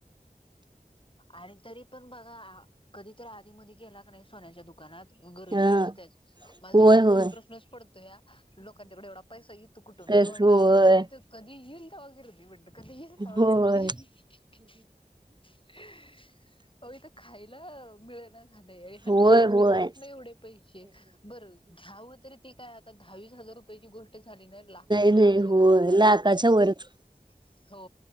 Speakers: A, on the left; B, on the right.
A: आणि तरी पण बघा कधी तर आधी मध्ये गेला का नाही सोन्याच्या दुकानात गर्दी
B: हा
A: असत्याच, मला
B: होय
A: तर कधी-कधी
B: होय.
A: प्रश्नच पडतो या लोकांच्याकडे एवढा पैसा येतो कुठून?
B: तेच
A: मी म्हटलं
B: होय.
A: आम्ही कधी तर कधी ही <unintelligible> कधीही जावा
B: होय
A: गर्दी <unintelligible> <unintelligible> अ इथ खायला मिळे ना. झालंय ह्यांना
B: होय
A: सोन्याला
B: होय
A: कुठनं एवढे पैसे बरं घ्यावं तरी ते काय आता दहावीस हजार रुपयाची गोष्ट झाली नाही अन् लाख दीड
B: नाही
A: लाखाच्या
B: होय
A: घरात आहे.
B: लाखाच्या वरच
A: <inaudible> हो